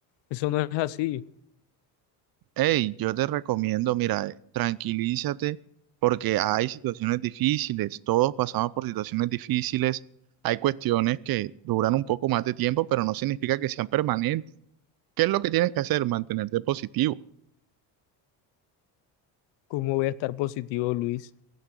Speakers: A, on the left; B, on the right.
A: Eso no es así.
B: Hey, yo te recomiendo, mira, eh, tranquilízate porque hay situaciones difíciles, todos pasamos por situaciones difíciles, hay cuestiones que duran un poco más de tiempo, pero no significa que sean permanentes. ¿Qué es lo que tienes que hacer? Mantenerte positivo,
A: ¿Cómo voy a estar positivo, Luis,